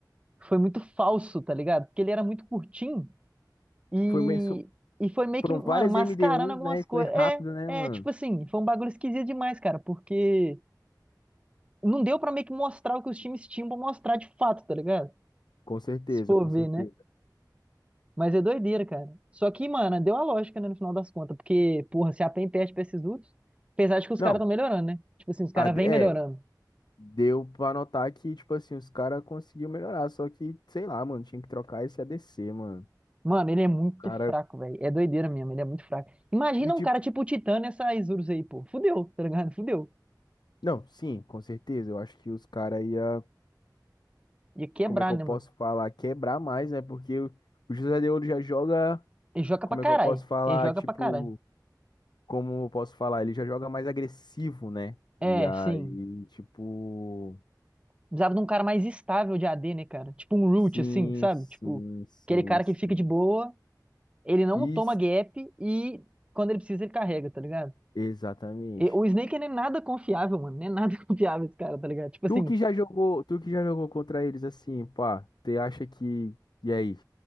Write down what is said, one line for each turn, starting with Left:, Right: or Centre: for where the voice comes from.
Right: Foi muito falso, tá ligado? Porque ele era muito curtinho. E,
Left: Foi mesmo.
Right: e foi meio
Left: Foram
Right: que, mano,
Left: várias
Right: mascarando
Left: MD1,
Right: algumas
Left: né? E foi
Right: coisas. É,
Left: rápido, né,
Right: é,
Left: mano?
Right: tipo assim, foi um bagulho esquisito demais, cara, porque não deu pra meio que mostrar o que os times tinham pra mostrar de fato, tá ligado?
Left: Com certeza,
Right: Se for
Left: com
Right: ver,
Left: certeza.
Right: né? Mas é doideira, cara. Só que, mano, deu a lógica, né, no final das contas, porque, porra, se a PEN perde pra esses outros, apesar de que os
Left: Não,
Right: caras estão melhorando, né? Tipo assim, os caras
Left: a de-
Right: vêm
Left: é,
Right: melhorando.
Left: deu pra notar que, tipo assim, os caras conseguiu melhorar. Só que, sei lá, mano, tinha que trocar esse ADC, mano.
Right: Mano, ele é muito
Left: O Cara.
Right: fraco, velho. É doideira mesmo, ele é muito fraco. Imagina
Left: E tipo.
Right: um cara tipo o Titã nessa Isurus aí, pô. Fudeu, tá ligado? Fudeu.
Left: Não, sim, com certeza. Eu acho que os caras ia.
Right: Ia quebrar,
Left: Como é que eu
Right: né,
Left: posso
Right: mano?
Left: falar? Quebrar mais, né? Porque o o José de Ouro já joga.
Right: Ele joga
Left: como
Right: pra caralho.
Left: é que eu posso falar?
Right: Ele joga
Left: Tipo,
Right: pra caralho.
Left: como eu posso falar? Ele já joga mais agressivo, né? E
Right: É,
Left: aí,
Right: sim.
Left: tipo,
Right: Precisava de um cara mais estável de AD, né, cara? Tipo um root,
Left: sim,
Right: assim, sabe?
Left: sim,
Right: Tipo,
Left: sim,
Right: aquele cara
Left: sim.
Right: que fica de boa, ele não
Left: Isso,
Right: toma gap e quando ele precisa ele carrega, tá ligado?
Left: exatamente.
Right: E o Snake não é nada confiável, mano. Não é nada <laughs> confiável esse cara, tá ligado? Tipo assim,
Left: Tu que já jogou, tu que já jogou contra eles assim, pá, tu acha que. E aí?